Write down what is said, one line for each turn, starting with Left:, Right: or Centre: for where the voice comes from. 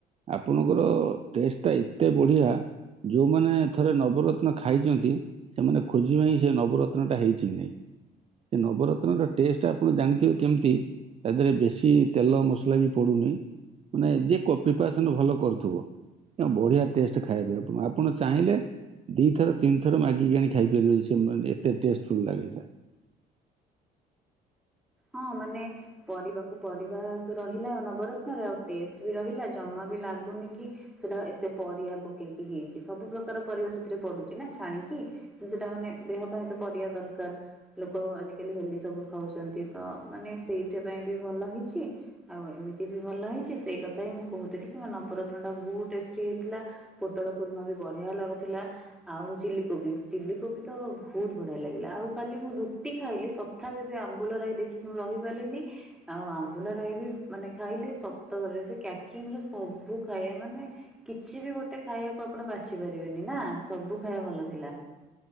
Right: ଆପଣଙ୍କର ଟେଷ୍ଟ ଟା ଏତେ ବଢିଆ ଯୋଉମାନେ ଥରେ ନବରତ୍ନ ଖାଇଚନ୍ତି ସେମାନେ ଖୋଜିବେ ହିଁ ସେ ନବରତ୍ନ ଟା ହେଇଛି କି ନାଇଁ। ସେ ନବରତ୍ନ ର ଟେଷ୍ଟ ଆପଣ ଜାଣିଥିବେ କେମିତି ତା ଦେହରେ ବେଶ କିଛି ତେଲ ମସଲା ବି ପଡୁନି ମାନେ ଯିଏ ପ୍ରିପାରେସନ ଭଲ କରୁଥିବ। ବଢିଆ ଟେଷ୍ଟ ଖାଇବେ ଆପଣ ଆପଣ ଚାହିଁଲେ ଦିଥର ତିନିଥର ମାଗିକି ଆଣି ଖାଇପାରିବେ ସେ ମାନେ ଏତେ ଟେଷ୍ଟ ଫୁଲ ଲାଗେ ଏଇଟା।
Centre: ହଁ ମାନେ ପରିବାକୁ ପରିବା ରହିଲା ଆଉ ନବରତ୍ନରେ ଆଉ ଟେଷ୍ଟ ବି ରହିଲା ଜମା ବି ଲାଗୁନି କି ସେଟା ଏତେ ପରିଆ ପକେଇକି ହେଇଚି ସବୁ ପ୍ରକାର ପରିବା ସେଥିରେ ପଡୁଛି ନା ଛାଣିକି। କି ସେଟା ମାନେ ଦେହ ପାଇଁ ତ ପରିବା ଦରକାର ଲୋକ ଆଜିକାଲି ହେଲଦି ସବୁ ଖାଉଛନ୍ତି। ତ ମାନେ ସେଇଥି ପାଇଁ ବି ଭଲ ହେଇଚି। ଆଉ ଏମିତି ବି ଭଲ ହେଇଚି ସେଇ କଥା ହିଁ ମୁଁ କହୁଥିଲି କି ମୋ ନବରତ୍ନ ଟା ବହୁତ ଟେଷ୍ଟି ହେଇଥିଲା। ପୋଟଳ କୁର୍ମା ବି ବଢିଆ ଲାଗୁଥିଲା। ଆଉ ଚିଲି କୋବି ଚିଲି କୋବି ତ ବହୁତ ବଢିଆ ଲାଗିଲା ଆଉ କାଲି ମୁଁ ରୁଟି ଖାଇଲି ତ ତଥାପି ବି ଆମ୍ବୁଲ ରାଇ ଦେଖିକି ମୁଁ ରହିପାରିଲିନି। ଆଉ ଆମ୍ବୁଲ ରାଇ ବି ମାନେ ଖାଇଲି ସତରେ ସେ କ୍ୟାଟରିଙ୍ଗରେ ସବୁ ଖାଇବା ମାନେ କିଛି ବି ଗୋଟେ ଖାଇବାକୁ ଆପଣ ବାଛି ପାରିବେନି ନା ସବୁ ଖାଇବା ଭଲ ଥିଲା।